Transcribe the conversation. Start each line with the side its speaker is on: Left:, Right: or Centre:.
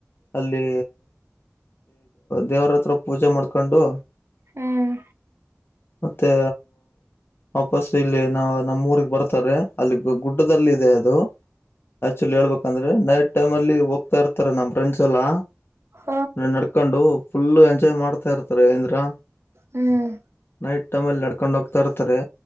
Left: ಅಲ್ಲಿ ದೇವರ ಹತ್ರ ಪೂಜೆ ಮಾಡ್ಕೊಂಡು.
Right: ಹ್ಮ್
Left: ಮತ್ತೆ ವಾಪಸ್ ಇಲ್ಲಿ ನಾ ನಮ್ಮ ಊರಿಗೆ ಬರ್ತಾರೆ ಅಲ್ಲಿ ಗುಡ್ಡದಲ್ಲಿ ಇದೆ ಅದು. ಆಕ್ಚುಲಿ ಹೇಬೇಕಂದ್ರೆ ನೈಟ್ ಟೈಮ ಅಲ್ಲಿ ಹೋಗ್ತಾ ಇರ್ತಾರೆ ನಮ್ಮ್ ಫ್ರೆಂಡ್ ಎಲ್ಲಾ.
Right: ಹ
Left: ನಡ್ಕೊಂಡು ಫುಲ್ ಎಂಜಾಯ್ ಮಾಡ್ತಾ ಇರ್ತಾರೆ ಅಂದ್ರ
Right: ಹ್ಮ್
Left: ನೈಟ್ ಟೈಮ್ಲ್ಲಿ ನಡ್ಕೊಂಡ್ ಹೋಗ್ತಾ ಇರ್ತಾರೆ.